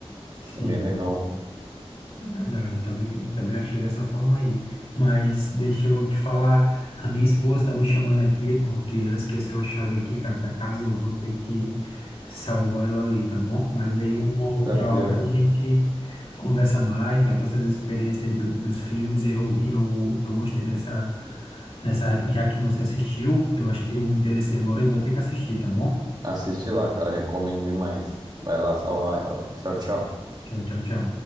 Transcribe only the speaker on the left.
Sim.
É verdade, também, também achei dessa forma aí. Mas deixa eu te falar, a minha esposa tá me chamando aqui porque ela esqueceu a chave aqui, cara, da casa e eu vou ter que salvar ela ali, tá bom? Mas aí uma outra
hora a gente conversa mais, troca essas experiências aí do- do- dos filmes. E eu, e eu, eu gostei dessa, dessa, já que você assistiu, eu acho que eu me interessei agora e vou ter que assistir, tá bom?
Tchau, tchau, tchau.